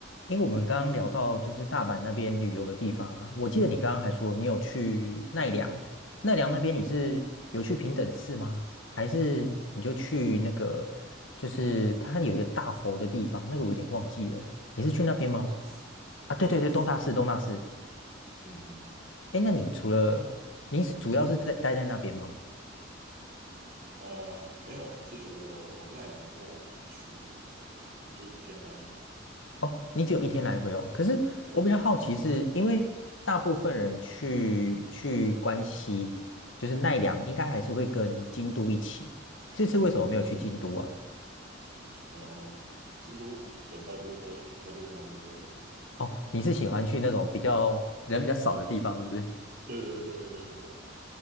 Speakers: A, on the left (about 75°); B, on the right (about 55°).
A: 因为我们刚刚聊到就是大阪那边旅游的地方啊，我记得你刚刚还说你有去奈良，奈良那边你是有去平等寺吗？还是你就去那个就是它有一个大佛的地方，那个我有点忘记了，你是去那边吗？
B: 东大寺，
A: 啊，对对对，
B: 东大寺，
A: 东大寺东大寺。
B: 嗯嗯，
A: 诶，那你除了你是主要是在待在那边吗？
B: 东大，呃，没有，其实我奈良的话，我只去了就一天来回，
A: 哦，你只有一天来回哦。可是我比较好奇是，
B: 对对，
A: 因为大部分人去去关西，就是奈良，应该还是会跟京都一起。这次为什么没有去京都啊？
B: 嗯，嗯，呃，京都人太多，呃，太多观光客了，
A: 哦，你是喜欢去那种比较人比较少的地方，是不是？
B: 对对对对，我